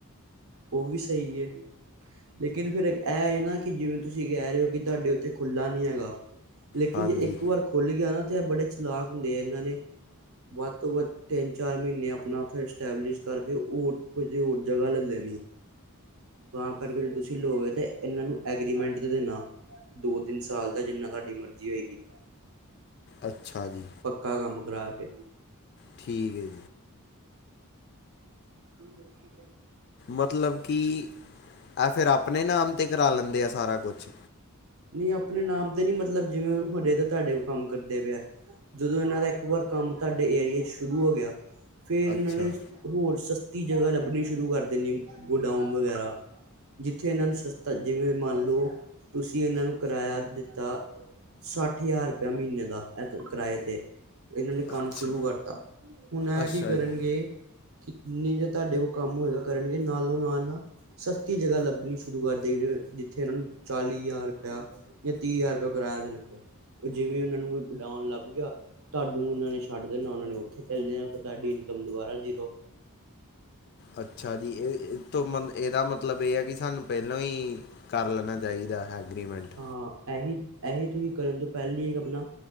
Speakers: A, on the right; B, on the left.
A: ਉਹ ਵੀ ਸਹੀ ਹੈ ਲੇਕਿਨ ਫੇਰ ਇਹ ਹੈ ਨਾ, ਕਿ ਜਿਵੇਂ ਤੁਸੀਂ ਕਹਿ ਰਹੇ ਹੋ ਕਿ ਤੁਹਾਡੇ ਉੱਥੇ ਖੁੱਲ੍ਹਾ ਨਹੀਂ ਹੈਗਾ। ਲੇਕਿਨ
B: ਹਾਂਜੀ
A: ਜੇ ਇੱਕ ਵਾਰ ਖੁਲ ਗਿਆ ਨਾ ਉੱਥੇ ਬੜੇ ਚਲਾਕ ਹੁੰਦੇ ਆ। ਇਹਨਾਂ ਨੇ ਵੱਧ ਤੋਂ ਵੱਧ ਤਿੰਨ ਚਾਰ ਮਹੀਨੇ ਅਪਣਾ ਉੱਥੇ ਇਸਟੈਬਲਿਸ਼ ਕਰਕੇ ਔਹ ਕੁਝ ਹੋਰ ਜਗ੍ਹਾ ਲੈ ਲੇ ਤਾਂ ਕਰਕੇ ਜੇ ਤੁਸੀਂ ਲੋ ਤਾਂ ਇਹਨਾਂ ਨੂੰ ਐਗਰੀਮੈਂਟ ਤੇ ਦੇਣਾ। ਦੋ, ਤਿੰਨ ਸਾਲ ਦਾ ਜਿੰਨਾ ਤੁਹਾਡੀ ਮਰਜ਼ੀ ਹੋਏਗੀ।
B: ਅੱਛਾ। ਜੀ
A: ਪੱਕਾ ਕੰਮ ਕਰਾ ਕੇ
B: ਠੀਕ ਹੈ ਜੀ।
A: ਠੀਕ ਏ, ਠੀਕ ਏ।
B: ਮਤਲਬ ਕਿ ਇਹ ਫੇਰ ਅਪਣੇ ਨਾਮ ਤੇ ਕਰਾ ਲੈਂਦੇ ਆ ਸਾਰਾ ਕੁਛ।
A: ਨਹੀਂ ਅਪਣੇ ਨਾਮ ਤੇ ਨੀ ਮਤਲਬ ਜਿਵੇਂ ਹਜੇ ਤਾਂ ਤੁਹਾਡੇ ਕੋਲ ਕੰਮ ਕਰਦੇ ਪਏਆ, ਜਦੋਂ ਇਹਨਾਂ ਦਾ ਇੱਕ ਵਾਰ ਕੰਮ ਤੁਹਾਡੇ ਏਰੀਏ ਚ ਸ਼ੁਰੂ ਹੋ ਗਿਆ ਫੇਰ ਇਹਨਾਂ
B: ਅੱਛਾ
A: ਨੇ ਹੋਰ ਸੱਸਤੇ ਸਤੀ ਜਗ੍ਹਾ ਲੱਭਣੀ ਸ਼ੁਰੂ ਕਰ ਦੇਣੀ ਗੋਡਾਊਨ ਵਗੈਰਾ ਜਿੱਥੇ ਇਹਨਾਂ ਨੂੰ ਸਸਤਾ ਜਿਵੇਂ ਮੰਨ ਲਓ ਤੁਸੀ ਕਿ ਇਹਨਾਂ ਨੂੰ ਕਿਰਾਇਆ ਦਿੱਤਾ ਸੱਠ ਹਜ਼ਾਰ ਰੁਪਇਆ ਮਹੀਨੇ ਦਾ ਇਹਦੇ ਕਿਰਾਏ ਤੇ ਇਹਨਾਂ ਨੇ ਕੰਮ
B: ਅੱਛਾ
A: ਸ਼ੁਰੂ ਕਰਤਾ ਹੁਣ ਇਹ
B: ਅੱਛਾ
A: ਕੀ ਕਰਨਗੇ
B: ਜੀ
A: ਜਿਨੀ ਦੇਰ ਤੁਹਾਡੇ ਕੋਲ ਕੰਮ ਹੋਏਗਾ ਕਰਨਗੇ ਨਾਲੋਂ ਨਾਲ ਨਾ ਸਸਤੀ ਜਗ੍ਹਾ ਲੱਭਣੀ ਸ਼ੁਰੂ ਕਰ ਦੇਣਗੇ ਜਿੱਥੇ ਇਹਨਾਂ ਨੂੰ ਚਾਲੀ ਹਜ਼ਾਰ ਜਾਂ ਤੀਹ ਹਜ਼ਾਰ ਰੁਪਿਆ ਕਿਰਾਯਾ ਦੇਣਾ ਪਯਾ। ਉਹ ਜਿਵੇਂ ਉਹਨਾਂ ਨੂੰ ਕੋਈ ਗੋਡਾਨ ਲੱਭ ਗਿਆ, ਤੁਹਾਨੂੰ ਉਹਨਾਂ ਨੇ ਛੱਡ ਦੇਣਾ ਉਹਨਾਂ ਨੇ ਉੱਥੇ ਚੱਲੇ ਜਾਣਾ ਫੇਰ ਤੁਹਾਡੀ ਇਨਕਮ ਦੁਬਾਰਾ ਜ਼ੀਰੋ।
B: ਅੱਛਾ ਜੀ ਇਹ ਤੋਂ ਮ ਇਹਦਾ ਮਤਲਬ ਇਹ ਹੈ ਕਿ ਸਾਨੂੰ ਪਹਿਲੋਂ ਹੀ ਕਰ ਲੈਣਾ ਚਾਹੀਦਾ ਹੈ ਐਗਰੀਮੈਂਟ
A: ਹਾਂ ਏਹੀ ਏਹੀ ਤੁਸੀਂ ਕਰਨ ਤੋਂ ਪਹਿਲੀ ਇੱਕ ਅਪਨਾ